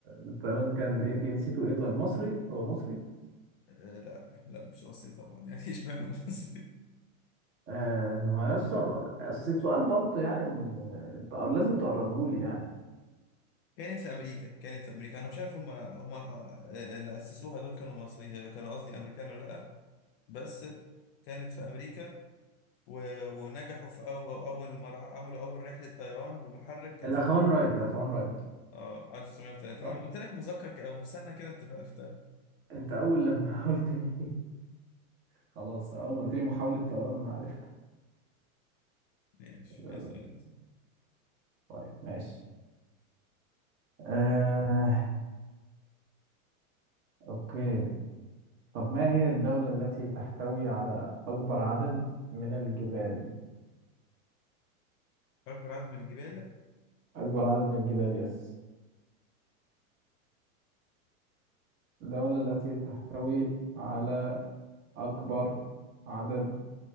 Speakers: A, on the right; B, on the left.
A: الطيران كان ايه جنسيته ايه طيب مصري هو مصري
B: <laughs> آه، لا لا مش مصري طبعا يعني اشمعنى مصري؟
A: آه ما هو يسطا اصل السؤال برضه يعني م- تق- لازم تقربه لي يعني
B: كانت في أمريكا كانت في أمريكا أنا مش عارف هم هم آه، آه، اللي أسسوها دول كانوا مصري كانوا قصدي أمريكان ولا لأ بس كانت في أمريكا و... ونجحوا في أول أول مرة عملوا أول رحلة طيران بمحرك كانت
A: الاخوان
B: في
A: رايت الاخوان رايت
B: اه 1930
A: صح
B: انا لما قلت لك مذكر ك- او مثنى كده انت عرفتها
A: انت اول لما <laughs> قلت لي خلاص اول ما قلت لي محاولة طيران انا عرفت
B: ماشي
A: آه،
B: اسأل انت
A: طيب ماشي آه، اوكي طب ما هي الدولة التي تحتوي على اكبر عدد من الجبال
B: أكبر عدد من الجبال
A: اكبر عدد من الجبال يس الدولة التي تحتوي على اكبر عدد